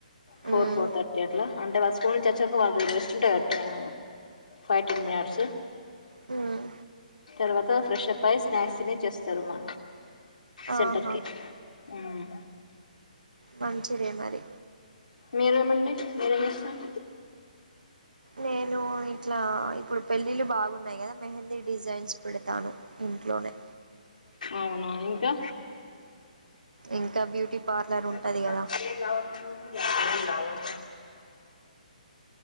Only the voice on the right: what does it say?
ఉమ్,
హ్మ్
ఆహా
మంచిదే మరి
నేను ఇట్లా ఇప్పుడు పెళ్ళిళ్ళ బాగున్నాయి కదా మెహందీ డిజైన్స్ పెడతాను ఇంట్లోనే
ఇంకా బ్యూటీ
పార్లర్ ఉంటది కదా